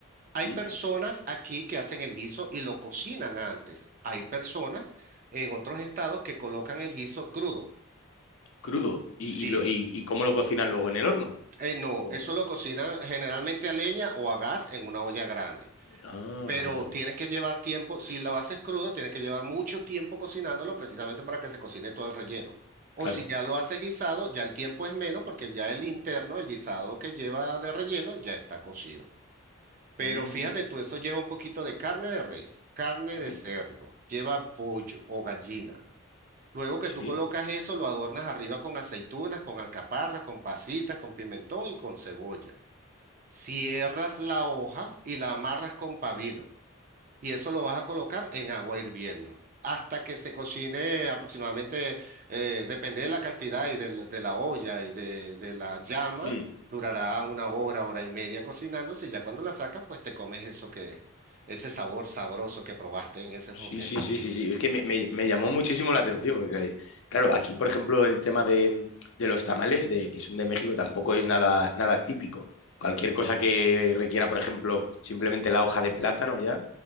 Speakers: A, on the right (about 40°); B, on the left (about 65°).
A: Hay
B: mm,
A: personas aquí que hacen el guiso y lo cocinan antes. Hay personas en otros estados que colocan el guiso crudo.
B: crudo. ¿Y,
A: Sí,
B: y, lo- y- y cómo lo cocinan luego en el horno?
A: eh, no,
B: O-
A: eso lo cocinan generalmente a leña o a gas en una olla grande.
B: Ah,
A: Pero
B: vale, vale,
A: tienes que llevar tiempo, si lo haces crudo, tienes que llevar mucho tiempo cocinándolo precisamente para que se cocine todo el relleno. O
B: claro.
A: si ya lo haces guisado, ya el tiempo es menos porque ya el interno, el guisado que lleva de relleno, ya está cocido. Pero
B: Mm,
A: fíjate tú, eso lleva un poquito de carne de res, carne de
B: mm,
A: cerdo, lleva pollo o gallina. Luego que
B: sí.
A: tú colocas eso, lo adornas arriba con aceitunas, con alcaparras, con pasitas, con pimentón y con cebolla. Cierras la hoja y la amarras con pabilo y eso lo vas a colocar en agua hirviendo hasta que se cocine aproximadamente, eh, depende de la cantidad y de, la de la olla y de, de la llama,
B: mm.
A: durará una hora, hora y media cocinándose y ya cuando la sacas, pues te comes eso que, ese sabor sabroso que probaste en esos momentos.
B: Sí, sí, sí, sí, sí. Es que me, me- me llamó muchísimo la atención, porque, claro, aquí, por ejemplo, el tema de, de los tamales, de, que son de México, tampoco es nada, nada típico. Cualquier cosa que requiera, por ejemplo, simplemente la hoja de plátano ya,